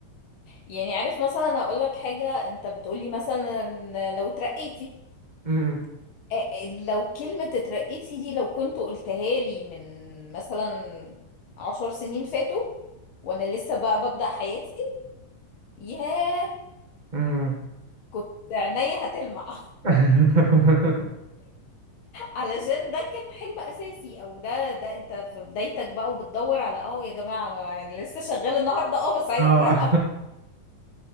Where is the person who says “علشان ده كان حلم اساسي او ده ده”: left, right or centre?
Left